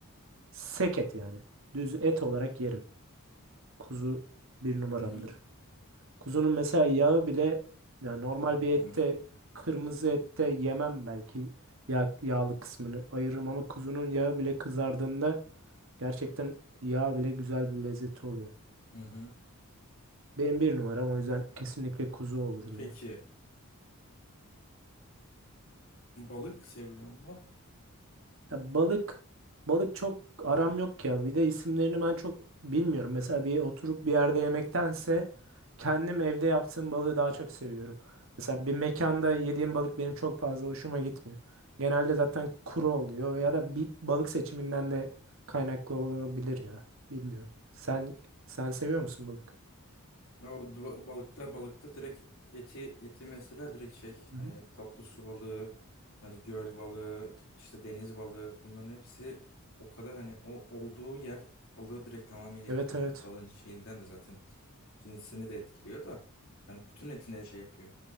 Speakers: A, on the right (about 60°); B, on the left (about 65°).
A: Sek et yani. Düz et olarak yerim. Kuzu bir numaramdır.
B: Hı hı.
A: Kuzunun mesela yağı bile yani normal
B: Yani
A: bir
B: bonfile.
A: ette kırmızı ette yemem belki yağ, yağlı kısmını ayırırım ama kuzunun yağı bile kızardığında gerçekten yağ bile güzel bir lezzeti oluyor.
B: Hı hı.
A: Benim bir numaram o yüzden kesinlikle kuzu olurdu
B: Peki.
A: ya.
B: Balık seviyor mu?
A: Ya balık balık çok aram yok ya. Bir de isimlerini ben çok bilmiyorum. Mesela bir oturup bir yerde yemektense kendim evde yaptığım balığı daha çok seviyorum. Mesela bir mekanda yediğim balık benim çok fazla hoşuma gitmiyor. Genelde zaten kuru oluyor ya da bir balık seçiminden de kaynaklı olabilir ya. Bilmiyorum. Sen sen seviyor musun balık?
B: Ya o ba- balıkta balıkta direkt eti eti mesela direkt şey
A: Hı
B: hani
A: hı.
B: tatlı su balığı hani göl balığı işte deniz balığı bunların hepsi o kadar hani o olduğu yer balığı direkt tamamıyla
A: Evet
B: etkiliyor.
A: evet.
B: Yani balığın şeyinden de zaten cinsini de etkiliyor da yani bütün etine şey yapıyor.